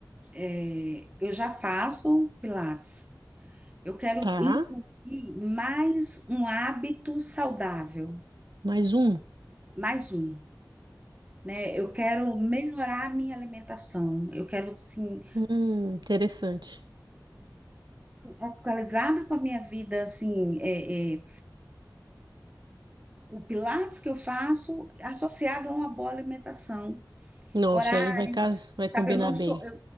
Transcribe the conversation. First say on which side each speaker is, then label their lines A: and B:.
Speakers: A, on the right; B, on the right.
A: é, eu já faço Pilates. Eu quero
B: Tá,
A: incluir mais um hábito saudável,
B: mais um.
A: mais um. né? Eu quero melhorar a minha alimentação, eu quero, assim,
B: Hum, interessante.
A: atualizada com a minha vida, assim, é, é, o Pilates que eu faço associado a uma boa alimentação,
B: Nossa,
A: horários,
B: aí vai casar, vai
A: sabe?
B: combinar
A: Eu não
B: bem.
A: sou, eu-